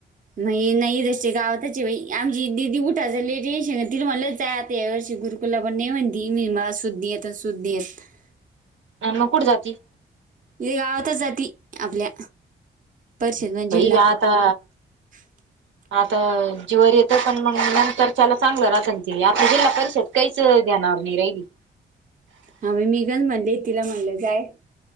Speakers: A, on the right; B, on the right.
A: मग नाही जस गावताचे आमची दिदी उठा झालेट श ति म्हटलंचय आता या वर्षी गुरु <unintelligible> ला पण नाही म्हणती मी म असुद्ध येत असुद्ध येत <unintelligible>
B: अन मग कुठ जाती?
A: ये गावातच जाती आपल्या. परिषद म्हणजे
B: भाई
A: जिल्हा
B: व आता
A: <inaudible>
B: आता जीवारी येतं पण मग नंतर चाला चांगलं राहत त आता जिल्हा परिषद काहीच घणार रहिली <unintelligible>
A: हां मी निघन म्हणले तिला म्हणलं जाय <unintelligible>